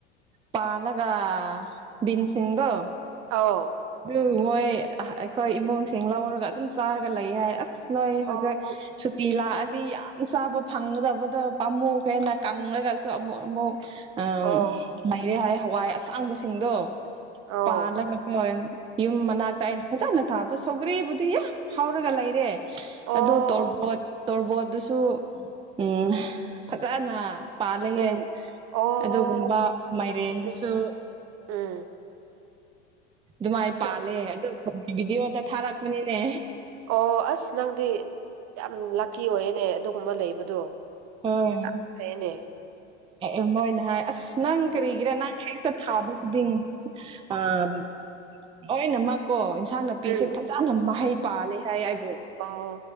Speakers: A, on the right; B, on the right.
A: ꯄꯥꯜꯂꯒ ꯕꯤꯟ ꯁꯤꯡꯗꯣ
B: ꯑꯥꯎ
A: ꯇꯨ ꯃꯣꯏ ꯑꯩꯈꯣꯏ ꯏꯃꯨꯡꯁꯤꯡ ꯂꯧꯔꯒ ꯑꯗꯨꯝ ꯆꯥꯔꯒ ꯂꯩ ꯍꯥꯏ ꯑꯁ ꯅꯣꯏ
B: ꯎꯝ ꯑꯥꯎ
A: ꯍꯧꯖꯤꯛ
B: ꯑꯣ
A: ꯁꯨꯇꯤ ꯂꯥꯛꯑꯗꯤ ꯌꯥꯝ ꯆꯥꯕ ꯐꯪꯒꯗꯕꯗꯨ ꯄꯥꯝꯃꯨꯈ꯭ꯔ꯭ꯦꯅ ꯀ ꯍꯪꯂꯒꯁꯨ ꯑꯃꯨꯛ ꯑꯃꯨꯛ ꯑꯝ
B: ꯑꯣ
A: ꯂꯩꯔꯦ ꯍꯥꯏ ꯍꯋꯥꯏ ꯑꯁꯥꯡꯕꯁꯤꯡꯗꯣ
B: ꯑꯧ
A: ꯄꯥꯂꯒ ꯀꯣꯏ ꯌꯨꯝ ꯃꯅꯥꯛꯇ ꯑꯩ ꯐꯖꯥꯅ ꯊꯥꯕ ꯁꯧꯒ꯭ꯔꯤꯕꯨꯗꯤ ꯌꯥꯝ ꯍꯥꯎꯔꯒ ꯂꯩꯔꯦ
B: ꯑꯧ
A: ꯑꯗꯨ ꯇꯣꯔꯕꯣꯠ
B: ꯑꯣ ꯑꯣ
A: ꯇꯣꯔꯕꯣꯠꯇꯨꯁꯨ ꯎꯝ ꯐꯖꯥꯅ ꯄꯥꯜꯂꯦꯌꯦ
B: ꯎꯝ ꯑꯣ
A: ꯑꯗꯨꯒꯨꯝꯕ ꯃꯥꯏꯔꯦꯟꯗꯨꯁꯨ
B: ꯎꯝ ꯎꯝ
A: ꯗꯨꯃꯥꯏ
B: ꯅꯪ
A: ꯄꯥꯜꯂꯦ ꯑꯗꯨ ꯚꯤꯗꯤꯑꯣꯗ ꯊꯥꯔꯛꯄꯅꯤꯅꯦ
B: ꯑꯣ ꯑꯁ ꯅꯪꯗꯤ ꯌꯥꯝ ꯂꯛꯀꯤ ꯑꯣꯏꯌꯦꯅꯦ ꯑꯗꯨꯒꯨꯝꯕ ꯂꯩꯕꯗꯣ
A: ꯍꯣꯏ
B: <unintelligible> ꯐꯌꯦꯅꯦ
A: ꯑꯦ ꯃꯣꯏꯅ ꯍꯥꯏ ꯑꯁ ꯅꯪ ꯀꯔꯤꯒꯤꯔꯥ ꯅꯪ ꯍꯦꯛꯇ ꯊꯥꯕ ꯈꯨꯗꯤꯡ ꯑꯝ ꯂꯥꯏꯅꯃꯛꯀꯣ ꯏꯟꯁꯥꯡ ꯅꯥꯄꯤꯁꯦ
B: ꯎꯝ
A: ꯐꯖꯅ ꯃꯍꯩ ꯄꯥꯜꯂꯤ ꯍꯥꯏ ꯑꯥꯏ
B: ꯑꯣ